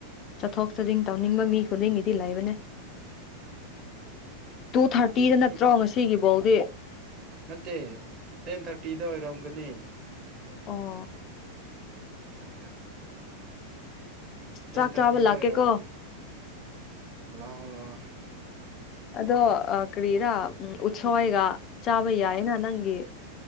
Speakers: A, on the left; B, on the right.
A: ꯆꯠꯊꯣꯛ ꯆꯥꯗꯤꯡ ꯇꯧꯅꯤꯡꯕ ꯃꯤ ꯈꯨꯗꯤꯡꯒꯤꯗꯤ ꯂꯩꯕꯅꯦ ꯇꯨ ꯊꯥꯔꯇꯤꯗ
B: ꯑꯗꯨ ꯀꯤ
A: ꯅꯠꯇ꯭ꯔꯣ ꯉꯁꯤꯒꯤ ꯕꯣꯜꯗꯤ
B: ꯅꯠꯇꯦ ꯇꯦꯟ ꯊꯥꯔꯇꯤꯗ ꯑꯣꯏꯔꯝꯒꯅꯤ <unintelligible>
A: ꯑꯣ
B: ꯆꯪꯒꯥꯟ ꯇꯦꯟ
A: ꯆꯥꯛ
B: ꯊꯥꯔꯇꯤꯗ
A: ꯆꯥꯕ ꯂꯥꯛꯀꯦꯀꯣ
B: ꯑꯣꯏꯔꯝꯒꯅꯤ ꯂꯥꯛꯑꯣ ꯂꯥꯛꯑꯣ
A: ꯑꯗꯣ ꯑꯥ ꯀ꯭ꯔꯤꯔꯥ ꯎꯠꯁꯣꯏꯒ ꯆꯥꯕ ꯌꯥꯏꯅ ꯅꯪꯒꯤ